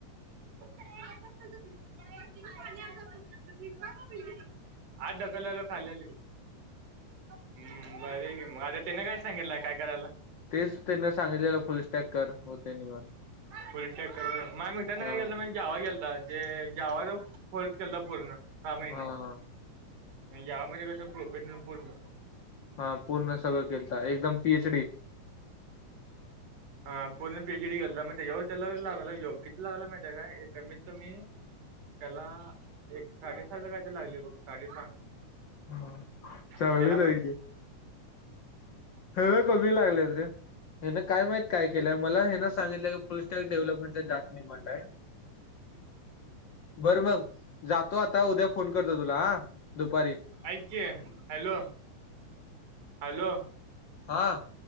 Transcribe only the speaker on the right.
<unintelligible> आत ढकल याला खाली आली हम्म भारी हायकी मग आता त्याने काय सांगितलं काय करायला
फुल स्टॅक करू माझ्या मित्रांनं
काय केलं माहिती जावा केलता ते जावाचा कोर्स केलता पूर्ण सहा महिने
पण यामध्ये कसं प्रोफेशनल पूर्ण
हा पूर्ण पीएच डी केलला मग त्याच्यावर त्याला लागलाय जॉब किती लागला माहिती ये काय एक कमीत कमी त्याला एक साडेसहाचा कायतरी लागलय बघ साडेसहा
मग त्याला माहित
<inaudible>
ऐक की, हॅलो हॅलो